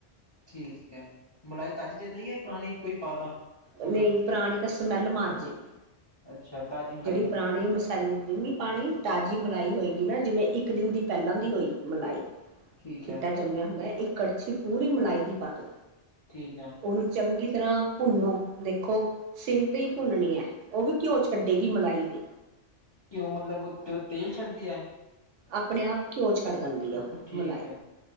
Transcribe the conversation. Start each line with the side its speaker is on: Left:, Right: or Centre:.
Left: ਠੀਕ ਹੈ ਮਲਾਈ ਤਾਜ਼ੀ ਚੱਲੀ ਹੈ ਪੁਰਾਣੀ ਕੋਈ ਪਾਦਾ ਮਤਲਬ
Right: ਨਹੀਂ ਪੁਰਾਣੀ ਤਾਂ ਸਮੈਲ ਮਾਰਜੇਗੀ
Left: ਅੱਛਾ ਤਾਜ਼ੀ ਮਲਾਈ
Right: ਜਿਹੜੀ ਪੁਰਾਣੀ ਪਹਿਲੇ ਦੀ ਤਾਜ਼ੀ ਮਲਾਈ ਹੋਏਗੀ ਨਾ ਜਿਵੇਂ ਇੱਕ ਦਿਨ ਦੀ ਪਹਿਲਾਂ ਦੀ ਹੋਈ ਮਲਾਈ
Left: ਠੀਕ
Right: ਖਿੱਟਾ
Left: ਹੈ
Right: ਜੰਮਿਆ ਹੁੰਦਾ ਹੈ ਇੱਕ ਕੜਛੀ ਪੂਰੀ ਮਲਾਈ ਦੀ ਪਾ ਦਿਉ
Left: ਠੀਕ ਹੈ
Right: ਉਹਨੂੰ ਚੰਗੀ ਤਰ੍ਹਾਂ ਭੁੰਨੋ ਦੇਖੋ, ਸਿਮ ਤੇ ਹੀ ਭੁੰਨਣੀ ਹੈ ਉਹ ਵੀ ਘਿਓ ਛੱਡੇਗੀ ਮਲਾਈ ਦੀ
Left: ਘਿਓ ਮਤਲਬ ਤੇਲ ਛੱਡਦੀ ਹ
Right: ਆਪਣੇ ਆਪ ਘਿਓ ਛੱਡ ਦਿੰਦੀ ਹੈ ਉਹ
Left: ਠੀਕ
Right: ਮਲਾਈ
Left: ਹੈ